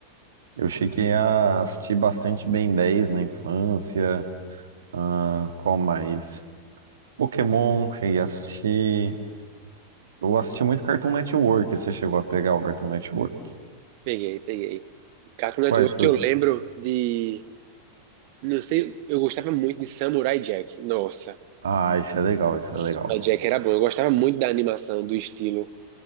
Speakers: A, on the right; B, on the right.
A: eu cheguei a assistir bastante Ben dez na infância. ah, qual mais? Pokémon, cheguei a assistir. Eu assisti muito Cartoon Network. Você chegou a pegar o Cartoon Network?
B: Peguei, peguei. Cartoon
A: Quais
B: Network que
A: essas?
B: eu lembro de. Não sei, eu gostava muito de Samurai Jack. Nossa,
A: Ah, esse é legal, esse
B: Samurai
A: é legal.
B: Jack era bom. Eu gostava muito da animação, do estilo.